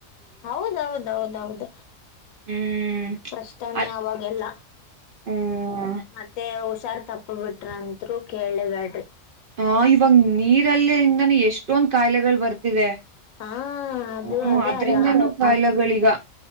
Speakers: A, on the left; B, on the right.
A: ಹೌದೌದೌದು ಹೌದ
B: ಹ್ಮ್
A: ಕಷ್ಟನೇ
B: ಅ
A: ಅವಾಗೆಲ್ಲ
B: ಹ್ಮ್
A: ಮತ್ತೆ ಸಾರ್ ತಪ್ಪು ಬಿಟ್ರ ಅನ್ತ್ರು ಕೇಳ್ಳೆಬ್ಯಾಡ್ರಿ
B: ಹ ಇವಾಗ್ ನೀರಲ್ಲೆ ಇಂದಾನೆ ಎಷ್ಟೊಂದ್ ಕಾಯ್ಲೆಗಳ್ ಬರ್ತಿದೆ
A: ಹಾ ಅದು
B: ಹ್ಮ್
A: ಅದೇ
B: ಅದ್ರಿಂದಾನೂ
A: ಅಲ್ಲ
B: ಕಾಯಿಲೆಗಳೀಗ